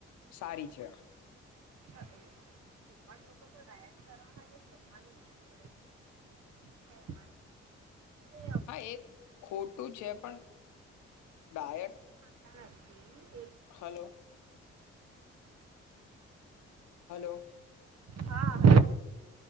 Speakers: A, on the left; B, on the right.
A: સારી છે.
B: <inaudible> હે મળ મળ
A: હા એ ખોટું છે પણ ડાયટ
B: તણથી
A: હલો હલો
B: હા હલો